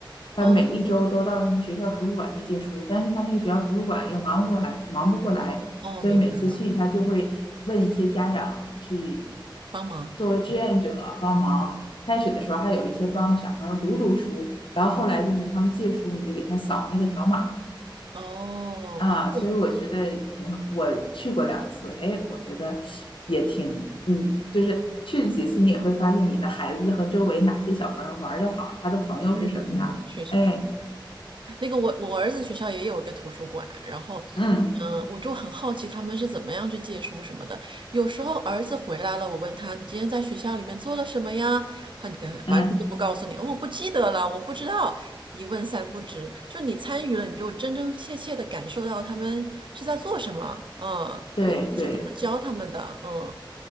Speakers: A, on the left; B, on the right.
A: 她每一周都到他们学校图书馆去借书，
B: 哦
A: 但是他那个学校图书馆又忙不过来，忙不过来，
B: 哦，
A: 所以每次去他就会问一些家长去
B: 明白了，帮忙。
A: 作为志愿者帮忙。
B: 嗯嗯，
A: 开始的时候还有一些帮小朋友读读书，然后后来就是他们借书，你就给他扫那个条码。
B: 哦，
A: 啊，
B: 对，
A: 所以我觉得挺好。我去过两次，哎，我觉得也挺，你就是去了几次，你也会发现你的孩子和周围哪些小朋友玩的好，他的朋友是什么样。
B: 嗯，确实。
A: 哎，
B: 那个我我儿子学校也有一个图书馆，然后，
A: 嗯
B: 嗯、我就很好奇他们是怎么样去借书什么的。有时候儿子回来了，我问他你今天在学校里面做了什么呀？他那个完全就不告诉你，
A: 嗯，
B: 哦我不记得了，我不知道，一问三不知。就你参与了，你就真真切切的感受到他们是在做什么，嗯，
A: 对对
B: 老师是怎么教他们的，嗯，